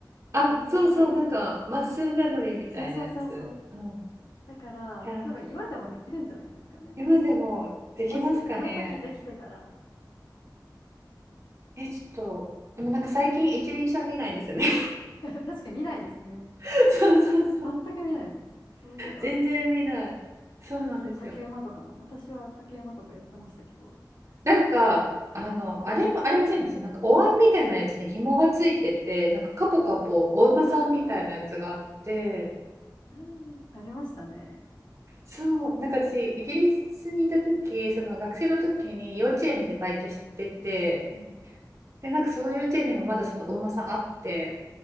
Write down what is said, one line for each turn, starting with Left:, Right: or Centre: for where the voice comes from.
Right: あ、
Left: 運動記憶
Right: そうそう、なんかマッスルメモリーみたいなやつ。
Left: そうそうそうそう。
Right: うん。
Left: だから、
Right: いやー、
Left: 多分今でもできるんじゃないですかね。もし、
Right: 今でもできますかね。
Left: もし、あの時できてたら。
Right: え、ちょっと、でもなんか最近一輪車見ないんですよね。
Left: <laughs> 確かに見ないですね。
Right: <laughs> そうそうそう。
Left: 全く見ないです。そういえば、
Right: 全然見ない。そうなんですよ。
Left: 竹、竹馬とかも、私は竹馬とかやってましたけど。
Right: なんか、あの、あれも、ありませんでした。なんかお椀みたいなやつに紐がついてて、なんかカポカポお馬さんみたいなやつがあって、
Left: ああ、うんありましたね。
Right: そう、なんか私、イギリスにいた時、その学生の時に幼稚園でバイトしてて、
Left: うん。
Right: で、なんかその幼稚園にもまだそのお馬さんあって、